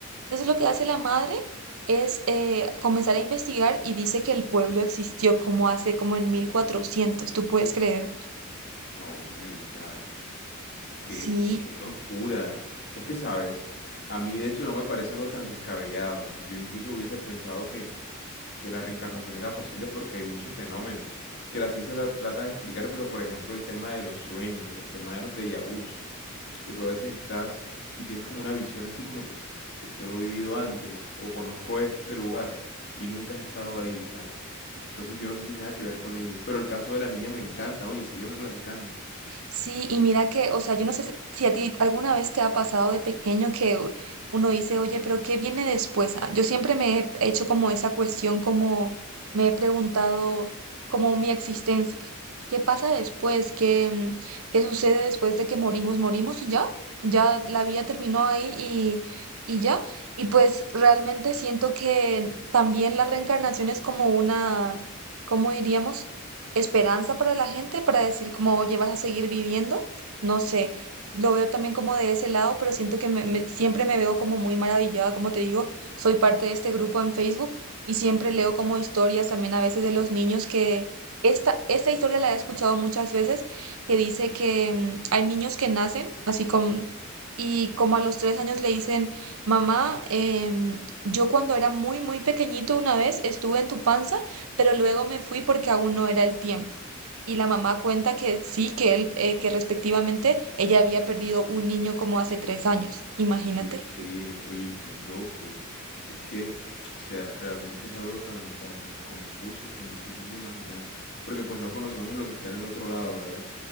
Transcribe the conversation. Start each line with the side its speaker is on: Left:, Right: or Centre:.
Right: Entonces lo que hace la madre es eh, comenzar a investigar y dice que el pueblo existió como hace como en 1400. ¿tú puedes creer?
Left: Oh my God, qué,
Right: Sí,
Left: qué locura. Es que, sabes, a mí de hecho no me parece algo tan descabellado. Yo incluso hubiese pensado que, que la reencarnación era posible porque hay muchos fenómenos que la ciencia tra- trata de explicar, pero por ejemplo el tema de los sueños, el tema de los déjà vus, que tú a veces estás y tienes como una visión así como que yo esto lo he vivido antes o conozco este lugar y nunca has estado ahí, ¿sabes? Entonces yo no sé si tenga que ver con ello, pero el caso de la niña me encanta, oye, sígueme platicando.
Right: Sí, y mira que, o sea, yo no sé si si a ti alguna vez te ha pasado de pequeño que u- uno dice, oye, pero ¿qué viene después? Ah, Yo siempre me he hecho como esa cuestión, como me he preguntado, como mi existencia. ¿Qué pasa después? ¿Qué, mm, qué sucede después de que morimos? ¿Morimos y ya? Ya la vida terminó ahí y, y ya. Y pues realmente siento que también la reencarnación es como una, ¿cómo diríamos? esperanza para la gente, para decir como, oye, vas a seguir viviendo. No sé, lo veo también como de ese lado, pero siento que me- me- siempre me veo como muy maravillada, como te digo, soy parte de este grupo en Facebook y siempre leo como historias también a veces de los niños que... Esta, esta historia la he escuchado muchas veces, que dice que mm, hay niños que nacen así con... Y como a los tres años le dicen, mamá, em, yo cuando era muy, muy pequeñito una vez estuve en tu panza pero luego me fui porque aún no era el tiempo. Y la mamá cuenta que sí, que él, eh, que respectivamente ella había perdido un niño como hace tres años. Imagínate.
Left: Que, que, oye, qué loco. Es que, o sea, realmente es algo tan, tan confuso, tan difícil de imaginar, porque pues no conocemos lo que está en el otro lado, ¿verdad?